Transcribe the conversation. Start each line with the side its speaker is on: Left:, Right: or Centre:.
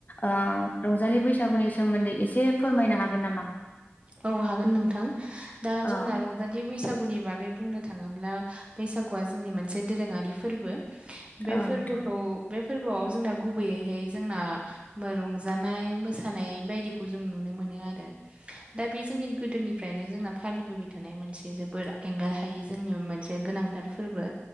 Left: ओ रंजालि बैसागुनि सोमोन्दै एसे फोरमायनो हागोन नामा?
Right: औ हागोन नोंथां दा
Left: औ
Right: जोंना रंजालि बैसागुनि बागै बुंनो थाङोब्ला बैसागुआ जोंनि मोनसे दोरोङारि फोरबो बे
Left: औ
Right: फोरबोखौ
Left: नोंथां
Right: बे फोरबोआव जोंना गुबैयैहाय जोंना रंजानाय मोसानाय बायदिखौ जों नुनो मोनो नो आरो दा बे जोंनि गोदोनिफ्रायनो जोंना फालिबोबाय थानाय मोनसे जोबोद एंगार हायै जोंनि मोनसे गोनां थाथ फोरबो